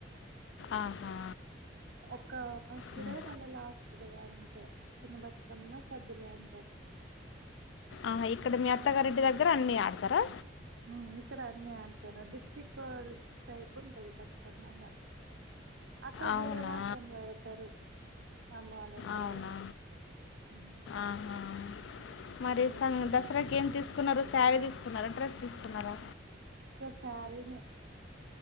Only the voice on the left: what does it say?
ఆహా
ఉమ్.
ఆహా ఇక్కడ మీ అత్తగారింటి దగ్గర అన్ని ఆడతారా
అవునా
అవునా
ఆహా మరి దసరాకి ఏం తీసుకున్నారు శారీ తీసుకున్నారా డ్రెస్ తీసుకున్నారా